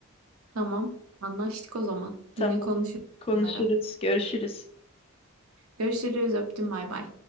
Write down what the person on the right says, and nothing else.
Tamam. Anlaştık o zaman.
Yine konuşuruz
bunları.
Görüşürüz. Öptüm. Bay bay.